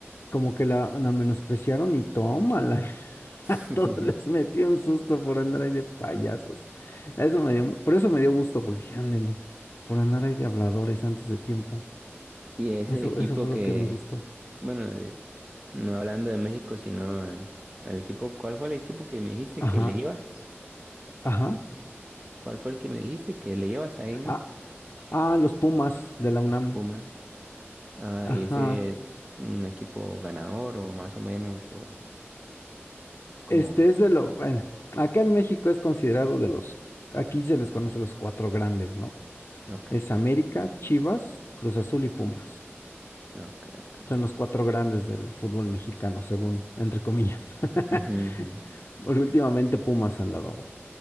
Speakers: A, on the left; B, on the right.
A: como que la, la menospreciaron y tómala. <laughs>
B: <laughs>
A: A todos les metió un susto por andar ahí de payasos. Eso me dio, mu- por eso me dio gusto, porque dije, "Ándele, por andar ahí de habladores antes de tiempo.
B: Y ese
A: Eso,
B: equipo
A: eso fue
B: que,
A: lo que me gustó.
B: bueno, de- no hablando de México, sino eh, el equipo, ¿cuál fue el equipo que me dijiste
A: Ajá,
B: que le ibas?
A: ajá.
B: ¿Cuál fue el que me dijiste que le ibas ahí en
A: Ah,
B: México?
A: ah, los Pumas de la UNAM.
B: Los Pumas. Ah,
A: Ajá.
B: y ese es un equipo ganador o más o menos o como,
A: Este es de lo, bueno, acá en México es considerado de los, aquí se les conoce los cuatro grandes, ¿no?
B: ok,
A: Es América, Chivas, Cruz Azul y Pumas.
B: ok, ok.
A: Son los cuatro grandes del fútbol mexicano, según, entre comillas. <laughs>
B: Ujú, ujú.
A: Porque últimamente Pumas han dado